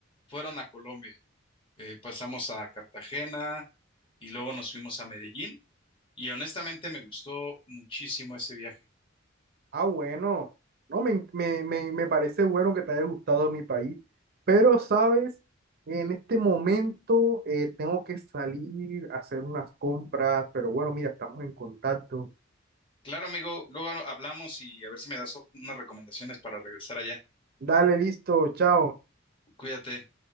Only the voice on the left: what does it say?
fueron a Colombia. Eh, pasamos a Cartagena y luego nos fuimos a Medellín y honestamente me gustó muchísimo ese viaje.
Claro, amigo, luego hablamos y a ver si me das unas recomendaciones para regresar allá.
Cuídate.